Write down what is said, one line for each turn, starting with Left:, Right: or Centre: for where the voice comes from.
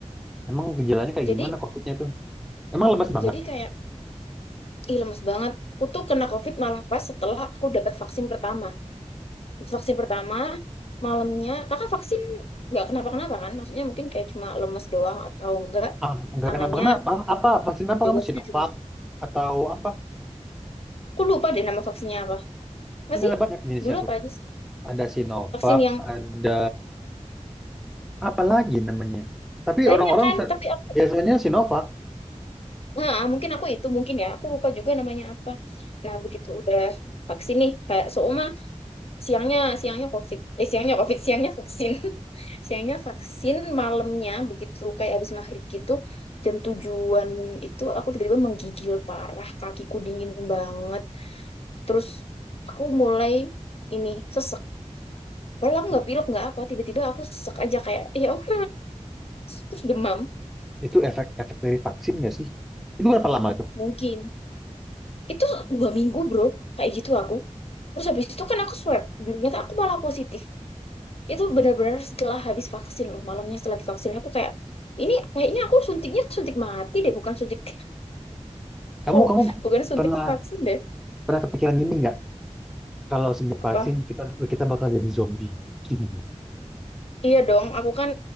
Centre: Emang gejalanya kayak
Left: Jadi
Centre: gimana COVID-nya tuh? Emang lemas banget?
Left: jadi kayak ih lemes banget. Aku tuh kena COVID malah pas setelah aku dapat vaksin pertama. Vaksin pertama malamnya kakak vaksin nggak kenapa-kenapa kan? Maksudnya mungkin kayak cuma lemes doang atau enggak
Centre: Ah, nggak
Left: tangannya
Centre: kenapa-kenapa? Apa vaksin apa
Left: juga
Centre: kamu Sinovac
Left: sih juga.
Centre: atau apa?
Left: Aku lupa deh nama vaksinnya apa. Apa
Centre: Kan
Left: sih?
Centre: ada banyak jenisnya
Left: Dulu
Centre: tuh.
Left: apa aja sih?
Centre: Ada Sinovac,
Left: vaksin yang
Centre: ada apalagi namanya. Tapi
Left: banyak
Centre: orang-orang
Left: kan
Centre: se-
Left: tapi aku
Centre: biasanya Sinovac
Left: nah, mungkin aku itu mungkin ya aku lupa juga namanya apa nah begitu udah vaksin nih kayak Souma siangnya siangnya covid eh siangnya covid siangnya vaksin <laughs> siangnya vaksin malamnya begitu kayak habis maghrib gitu jam tujuan itu aku tiba-tiba menggigil parah kakiku dingin banget terus aku mulai ini sesek padahal aku
Centre: I-
Left: nggak pilek nggak apa tiba-tiba aku sesek aja kayak ya Allah." terus demam
Centre: itu efek-efek dari vaksin nggak sih? Itu berapa lama itu?
Left: mungkin itu dua minggu bro kayak gitu aku terus habis itu kan aku swab dan ternyata aku malah positif itu benar-benar setelah habis vaksin loh malamnya setelah vaksin aku kayak ini kayaknya aku suntiknya suntik mati deh bukan suntik <laughs>
Centre: Kamu
Left: oh
Centre: kamu
Left: bukan suntik
Centre: pernah
Left: vaksin deh
Centre: pernah kepikiran gini nggak? Kalau sejak vaksin
Left: apa
Centre: kita kita bakal jadi zombie. <laughs>
Left: iya dong aku kan